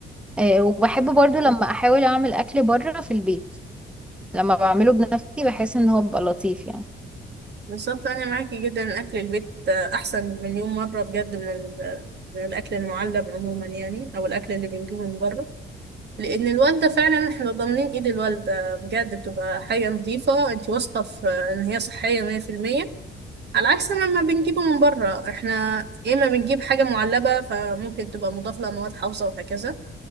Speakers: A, in the centre; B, on the right.
A: آه وبحب برضو لما احاول اعمل اكل بره في البيت لما بعمله بنفسي بحس ان هو بيبقى لطيف يعني
B: بالظبط أنا معاكي جدا أكل البيت أحسن مليون مرة بجد من, ال- من الأكل المعلب عموما يعني أو الأكل اللي بنجيبه من بره لأن الوالدة فعلا احنا ضامنين إيد الوالدة بجد بتبقى حاجة نظيفة أنت واثقة في إن هي صحية مية في المية على عكس ما ما بنجيبه من بره احنا يا إما بنجيب حاجة معلبة فممكن تبقى مضاف لها مواد حافظة وهكذا